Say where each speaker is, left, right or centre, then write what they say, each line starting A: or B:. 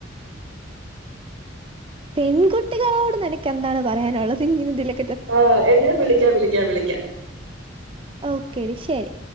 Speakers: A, on the right; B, on the right.
A: പെൺകുട്ടികളോട് നിനക്ക് എന്താണ് പറയാനൊള്ളത് ഇങ്ങിനെ ന്തിലൊ
B: ആഹ് എടി ഞ വിളിക്ക വിളിക്ക വിളിക്ക
A: ഓക്കെടി ശരി